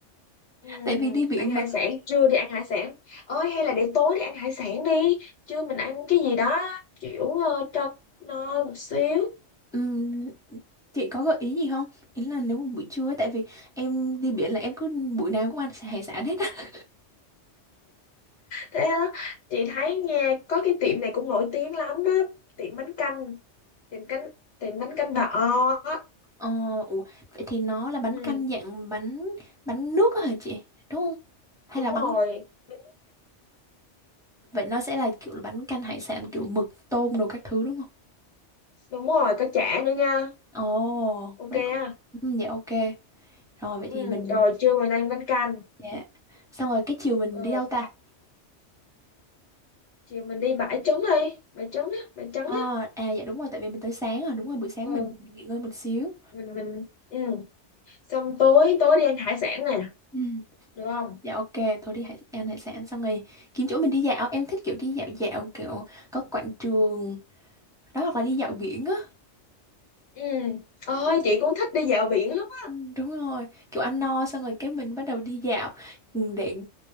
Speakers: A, on the left; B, in the centre.
A: Ừ,
B: Tại vì đi biển
A: ăn hải
B: mà
A: sản, trưa đi ăn hải sản. Ôi hay là để tối đi ăn hải sản đi. Trưa mình ăn cái gì đó kiểu ờ, cho no một xíu.
B: ừm, chị có gợi ý gì không? Ý là nếu mà buổi trưa ấy, tại vì em đi biển là em cứ buổi nào cũng ăn xà- hải sản hết á. <laughs>
A: Thế đó. Chị thấy nha, có cái tiệm này cũng nổi tiếng lắm á, tiệm bánh canh, tiệm canh tiệm bánh canh bà O á.
B: Ờ, ủa, vậy thì nó là bánh
A: Ừ,
B: canh dạng bánh bánh nước á hả chị? Đúng không? Hay
A: đúng
B: là bánh
A: rồi. Bánh-
B: vậy nó sẽ là kiểu là bánh canh hải sản kiểu mực tôm đồ các thứ đúng không?
A: Đúng rồi, có chả nữa nha.
B: Ồ,
A: Ok
B: vậy cũng
A: á.
B: ừ, dạ ok. Rồi vậy
A: Ừ,
B: thì mình
A: rồi trưa mình ăn bánh canh.
B: dạ. Xong rồi cái chiều mình
A: Ừ.
B: đi đâu ta?
A: chiều mình đi bãi trấn đi bãi trấn á bãi trắng
B: Ờ,
A: á
B: à dạ đúng rồi tại vì mình tới sáng rồi, đúng rồi buổi sáng
A: ừ
B: mình nghỉ ngơi một xíu.
A: mình mình ừ xong tối tối đi ăn hải sản nè
B: Ừ.
A: được không
B: Dạ ok, thôi đi hải, ăn hải sản xong rồi kiếm chỗ mình đi dạo. Em thích kiểu đi dạo dạo kiểu có quảng trường đó hoặc là đi dạo biển á.
A: ừ ơi chị cũng thích đi dạo biển lắm á.
B: Ừ, đúng rồi, kiểu ăn no xong rồi cái mình bắt đầu đi dạo. Ừ, Để